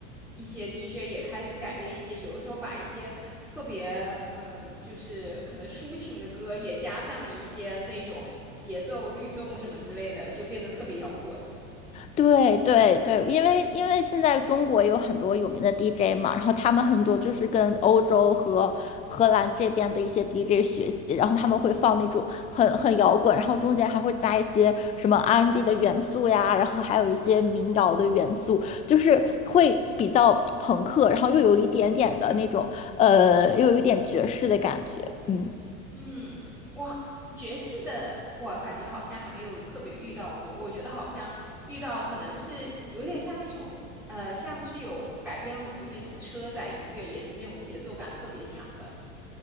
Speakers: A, in the centre; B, on the left.
A: 一些 DJ 也开始改编一些，有的时候把一些特别，嗯，就是可能抒情的歌也加上了一些那种节奏律动什么之类的，就变得特别摇滚。
B: 对对对，因为因为现在中国有很多有名的 DJ 嘛，然后他们很多就是跟欧洲和荷兰这边的一些 DJ 学习，然后他们会放那种很很摇滚，然后中间还会加一些什么 R&B n 的元素呀，然后还有一些民谣的元素，就是会比较朋克，然后又有一点点的那种呃，又有一点爵士的感觉，嗯。
A: 嗯，哇，爵士的我感觉好像还没有特别遇到过。我觉得好像遇到可能是有点像那种，呃，现在不是有改编了很多那种车载音乐，也是那种节奏感特别强的。